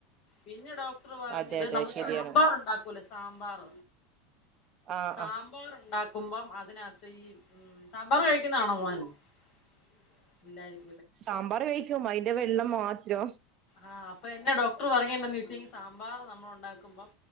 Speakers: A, on the left; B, on the right.
A: പിന്നെ പറഞ്ഞത്
B: അതെ അതെ
A: നമ്മള്
B: ശരിയാണ്
A: സാമ്പാർണ്ടാക്കൂല്ലേ സാമ്പാർ
B: ആ
A: സാമ്പാർ
B: ആ
A: ഉണ്ടാക്കുമ്പം അതിനകത്ത് ഈ ഉ സാമ്പാർ കഴിക്കുന്നതാണോ മോൻല്ലരിക്കും
B: സാമ്പാർ കഴിക്കും അതിന്റെ വ എള്ള മാത്രം
A: ആഹ് അപ്പൊ എന്നെ ഡോക്ടർ പറയേണ്ടന്ന് ചോെച്ചിൽ സാമ്പാർ നമ്മൾ ഉണ്ടാക്കുമ്പം